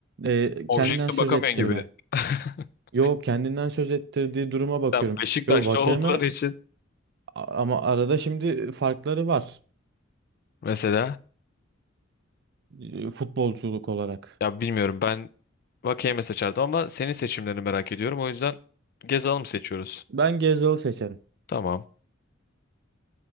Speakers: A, on the right; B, on the left.
A: Ee,
B: Objektif
A: kendinden söz
B: bakamıyorsun
A: ettirme.
B: gibi. <laughs>
A: Yo kendinden söz ettirdiği duruma bakıyorum.
B: Sen Beşiktaşlı
A: Yo Vakeme
B: olduğun için
A: a- ama arada şimdi farkları var
B: mesela
A: e, futbolculuk olarak.
B: ya bilmiyorum ben Vakeyeme seçerdim ama senin seçimlerini merak ediyorum. O yüzden Gezal'ı mı seçiyoruz?
A: Ben Gezal'ı seçerim.
B: Tamam.